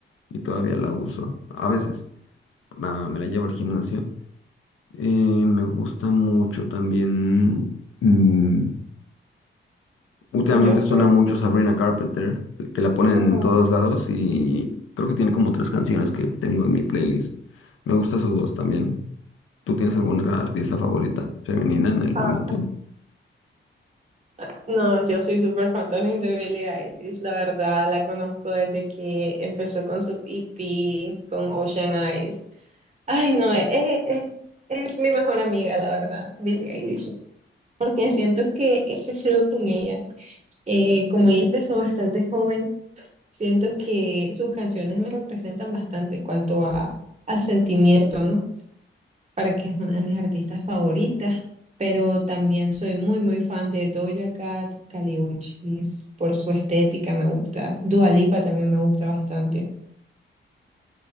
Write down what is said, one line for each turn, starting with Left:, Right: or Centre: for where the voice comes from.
Left: y todavía la uso. A veces ah, me la llevo al gimnasio. Eh, me gusta mucho también. mm, Últimamente
Right: yo estoy...
Left: suena mucho Sabrina Carpenter, que la ponen
Right: Ujú.
Left: en todos lados y creo que tiene como tres canciones que tengo en mi playlist. Me gusta su voz también. ¿Tú tienes alguna artista favorita femenina en el
Right: Ah,
Left: momento?
Right: ah, no, yo soy súper fan también de Billie Eilish, la verdad, la conozco desde que empezó con su EP, con Ocean Eyes. Ay, no, es, es, es- es mi mejor amiga, la verdad, Billie Eilish, porque siento que he crecido con ella. Eh, como ella empezó bastante joven, siento que sus canciones me representan bastante en cuanto a, al sentimiento, ¿no? para que es una de mis artistas favoritas, pero también soy muy, muy fan de Doja Cat, Kali Uchis, por su estética me gusta. Dua Lipa también me gusta bastante.